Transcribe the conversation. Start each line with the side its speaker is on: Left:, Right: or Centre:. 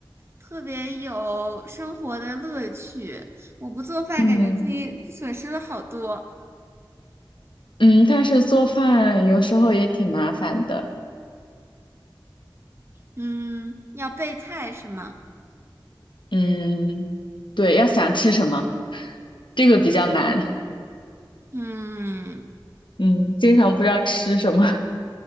Right: 特别有生活的乐趣。我不做饭，
Left: <laughs> 嗯
Right: 感觉自己损失了好多。
Left: 嗯，但是做饭有时候也挺麻烦的。
Right: 嗯，要备菜是吗？
Left: 嗯，对，要想吃什么，这个比较难。
Right: 嗯，
Left: 嗯，经常不知道吃什么。